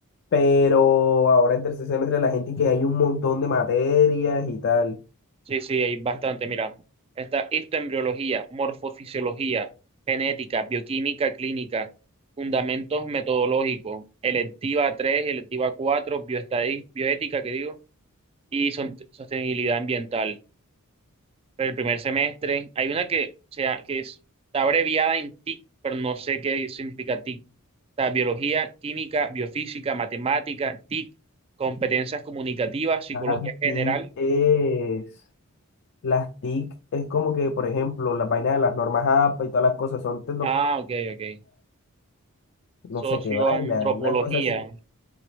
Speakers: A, on the left; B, on the right.
A: pero ahora en tercer semestre la gente que hay un montón de materias y tal.
B: Sí, sí, hay bastante. Mira, está histoembriología, morfofisiología, genética, bioquímica clínica, fundamentos metodológicos, electiva 3, electiva 4, bioestadis- bioética, que digo, y son- sostenibilidad ambiental. Pero el primer semestre, hay una que, o sea, que es- está abreviada en TIC, pero no sé qué significa TIC. Está biología, química, biofísica, matemática, TIC, competencias comunicativas, psicología
A: Así
B: general.
A: es. Las TIC es como que, por ejemplo, las vainas de las normas APA y todas las cosas son tecnología,
B: Ah, ok, ok.
A: no
B: Socioantropología,
A: sé qué vaina, una cosa así.